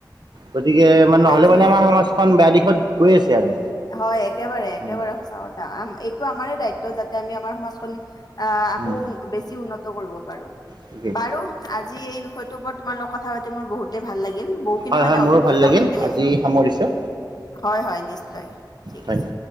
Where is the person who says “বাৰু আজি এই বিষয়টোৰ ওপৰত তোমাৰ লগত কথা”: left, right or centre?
Left